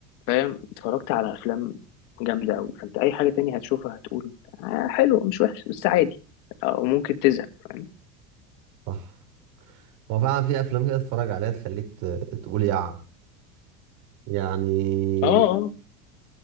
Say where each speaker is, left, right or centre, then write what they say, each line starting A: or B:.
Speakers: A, on the left (about 65°); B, on the right (about 60°).
A: فاهم اتفرجت على افلام جامده قوي فانت اي حاجه تانية هتشوفها هتقول آه حلو مش وحش بس عادي او ممكن تزهق فاهم
B: صح هو فعلا في افلام كده تتفرج عليها تخليك ت- تقول يع يعني
A: اه آه.